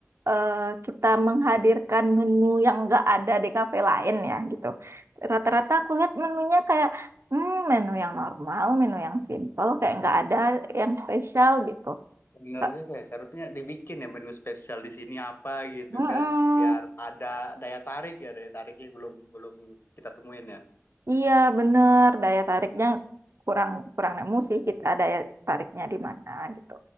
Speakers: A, on the right; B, on the left.
A: eh, kita menghadirkan menu yang nggak ada di kafe lain ya gitu. Rata-rata aku lihat menunya kayak hmm, menu yang normal, menu yang simple, kayak nggak ada yang spesial gitu.
B: Bener
A: Kak,
B: juga ya, seharusnya dibikin ya menu spesial di sini apa gitu
A: Mm-mm.
B: kan, biar ada daya tarik ya, daya tarik yang belum belum kita temuin ya
A: Iya, bener. Daya tariknya kurang kurang nemu sih kita daya tariknya di mana gitu.